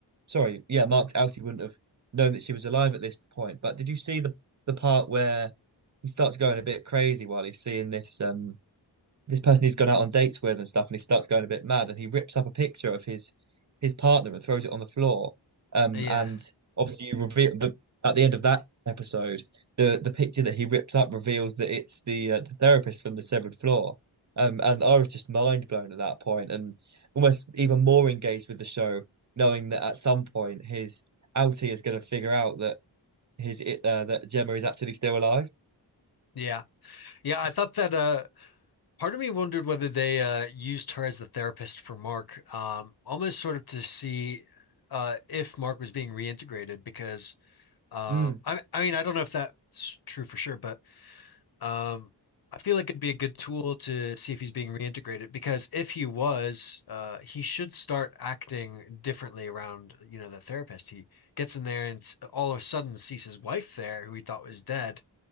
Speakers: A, on the right (about 40°); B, on the left (about 55°).
A: sorry, yeah, Mark's outie wouldn't have known that she was alive at this point. But did you see the the part where he starts going a bit crazy while he's seeing this um this person he's gone out on dates with and stuff, and he starts going a bit mad, and he rips up a picture of his his partner and throws it on the floor. Um,
B: Yeah,
A: and obviously you reveal the at the end of that episode, the the picture that he ripped up reveals that it's the uh, the therapist from the severed floor. Um, and I was just mind blown at that point, and almost even more engaged with the show, knowing that at some point his outie is going to figure out that his uh, that Gemma is actually still alive.
B: yeah, yeah. I thought that uh, part of me wondered whether they uh, used her as the therapist for Mark, um, almost sort of to see uh, if Mark was being reintegrated because um,
A: Mm.
B: I, I mean, I don't know if that's true for sure, but Um, I feel like it'd be a good tool to see if he's being reintegrated because if he was, uh, he should start acting differently around, you know, the therapist. He gets in there and s- all of a sudden sees his wife there, who he thought was dead.